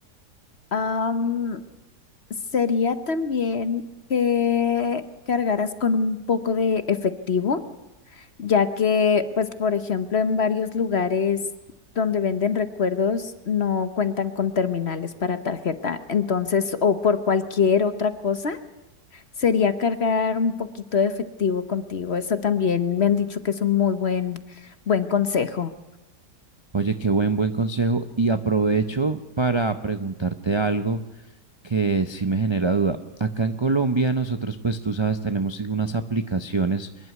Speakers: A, on the left; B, on the right.
A: Am, sería también que cargaras con un poco de efectivo, ya que, pues, por ejemplo, en varios lugares donde venden recuerdos no cuentan con terminales para tarjeta. Entonces, o por cualquier otra cosa, sería cargar un poquito de efectivo contigo. Eso también me han dicho que es un muy buen, buen consejo.
B: Oye, qué buen, buen consejo. Y aprovecho para preguntarte algo. que sí me genera duda. Acá en Colombia nosotros, pues tú sabes, tenemos sí unas aplicaciones,